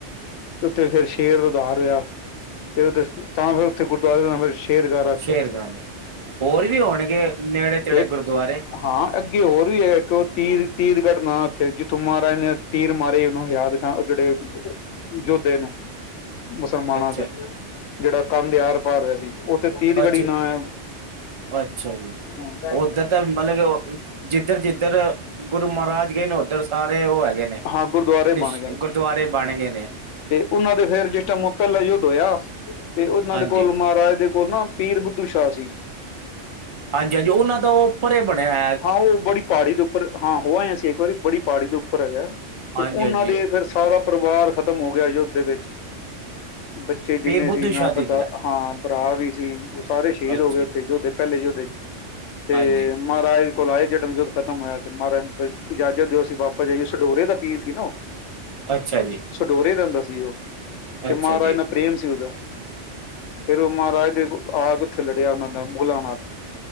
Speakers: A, on the left (about 75°); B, on the right (about 30°).
A: ਉੱਥੇ ਫੇਰ ਸ਼ੇਰ ਉਧਾਰ ਹੋਇਆ ਫਿਰ ਉ ਤਾਂ ਫਿਰ ਉੱਥੇ ਗੁਰਦੁਆਰੇ ਦਾ ਨਾਮ ਸ਼ੇਰਗਾਹ ਰੱਖਤਾ
B: ਸ਼ੇਰ
A: ਉੱਥੇ
B: ਗਾਨ ਹੋਰ ਵੀ ਹੋਣਗੇ ਨੇੜੇ ਤੇੜੇ
A: ਇੱਕ
B: ਗੁਰਦੁਆਰੇ
A: ਹਾਂ ਅੱਗੇ ਹੋਰ ਵੀ ਹੈ ਇੱਕ ਉਹ ਤੀਰ ਤੀਰ ਘਟਨਾ ਉੱਥੇ ਜਿੱਥੋਂ ਮਹਾਰਾਜ ਨੇ ਤੀਰ ਮਾਰੇ ਉਹਨੂੰ ਯਾਦ ਜਿਹੜੇ ਯੋਧੇ ਨੂੰ। ਮੁਸਲਮਾਨਾਂ
B: ਅੱਛਾ
A: ਤੇ ਜਿਹੜਾ ਕੰਦਿਆਰ ਪਾ ਰਿਹਾ ਸੀ ਉੱਥੇ ਤੀਤ
B: ਅੱਛਾ
A: ਗੜੀ ਨਾਅ ਹੈ।
B: ਅੱਛਾ ਜੀ।
A: ਹਾਂ
B: ਉੱਧਰ ਤਾਂ ਮਤਲਬ ਜਿੱਧਰ ਜਿੱਧਰ ਗੁਰੂ ਮਹਾਰਾਜ ਗਏ ਨੇ ਉੱਧਰ ਸਾਰੇ ਉਹ ਹੈਗੇ ਨੇ
A: ਹਾਂ ਗੁਰਦੁਆਰੇ ਬਣ
B: ਨਿਸ਼
A: ਗਏ ਨੇ
B: ਗੁਰਦੁਆਰੇ ਬਣ ਗਏ ਨੇ।
A: ਤੇ ਉਹਨਾਂ ਦੇ ਫੇਰ ਜਿਸ ਟਾਈਮ ਉਹ ਪਹਿਲਾ ਯੁੱਧ ਹੋਇਆ ਤੇ ਉਹਨਾਂ
B: ਹਾਂਜੀ
A: ਦੇ ਕੋਲ ਮਹਾਰਾਜ ਦੇ ਕੋਲ ਨਾ ਪੀਰ ਬੁੱਧੂ ਸ਼ਾਹ ਸੀ।
B: ਹਾਂਜੀ ਹਾਂਜੀ ਉਹਨਾਂ ਦਾ ਪਰੇ ਬਣਿਆ ਹੋਇਆ
A: ਹਾਂ ਉਹ ਬੜੀ ਪਹਾੜੀ ਦੇ ਉੱਪਰ ਹਾਂ ਹੋ ਆਏ ਹ ਅਸੀਂ ਇੱਕ ਵਾਰੀ ਬੜੀ ਪਹਾੜੀ ਦੇ ਉੱਪਰ ਹੈਗਾ। ਤੇ
B: ਹਾਂਜੀ
A: ਉਹਨਾਂ
B: ਹਾਂਜੀ
A: ਦੇ ਫਿਰ ਸਾਰਾ ਪਰਿਵਾਰ ਖਤਮ ਹੋ ਗਿਆ ਯੁੱਧ ਦੇ ਵਿੱਚ। ਬੱਚੇ ਜਿੰਨੇ
B: ਪੀਰ ਬੁੱਧੂ
A: ਸੀ ਮੈਂ
B: ਸ਼ਾਹ ਜੀ
A: ਪਤਾ
B: ਦਾ
A: ਹਾਂ ਭਰਾ ਵੀ ਸੀ ਉਹ ਸਾਰੇ ਸ਼ਹੀਦ
B: ਅੱਛਾ
A: ਹੋ ਗਏ ਉੱਥੇ
B: ਜੀ,
A: ਜੋਧੇ ਪਹਿਲੇ ਯੁਧ ਚ ਤੇ
B: ਹਾਂਜੀ
A: ਮਹਾਰਾਜ ਕੋਲ ਆਏ ਜਦੋ ਯੁਧ ਖਤਮ ਹੋਇਆ ਤੇ ਮਹਾਰਾਜ ਇਜਾਜ਼ਤ ਦਿਓਸੀਂ ਵਾਪਸ ਜਾਈਏ ਸਡੋਰੇ ਦਾ ਪੀਰ ਸੀ ਨਾ ਓਹ <inaudible>
B: ਅੱਛਾ ਜੀ।
A: ਸਡੋਰੇ ਰਹਿੰਦਾ ਸੀ ਉਹ ਤੇ
B: ਅੱਛਾ
A: ਮਹਾਰਾਜ
B: ਜੀ
A: ਨਾਲ ਪ੍ਰੇਮ ਸੀ ਉਹਦਾ ਫੇਰ ਉਹ ਮਹਾਰਾਜ ਜ ਆ ਕੇ ਉੱਥੇ ਲੜਿਆ ਉਹਨਾਂ ਦਾ ਮੁਗਲਾਂ ਨਾਲ